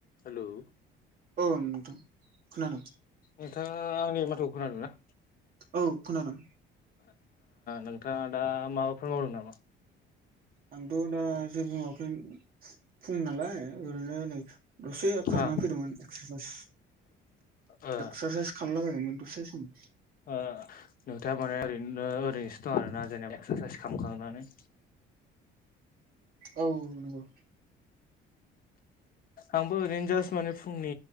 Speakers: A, on the left; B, on the right.
A: हेल'
B: औ नोंथां खोनादों।
A: नोंथाङा आंनि माथोखौ खोनादों ना?
B: औ खोनादों।
A: नोंथाङा दा माबाफोर मावदों नामा?
B: आंथ' दा जेबो मावाखै फुं नालाय ओरैनो नै दसे खारना
A: आ
B: फैदोंमोन एक्सरासाइस।
A: ओ
B: एक्सरासाइज खालायलाबाय दोंमोन दसे सम।
A: <unintelligible> माने ओरैनो ओरैनोसो दं आरोना जेनेबा एक्सरासाइस खालामखांनानै।
B: औ नंगौ
A: आंबो ओरैनो जास्ट माने फुंनि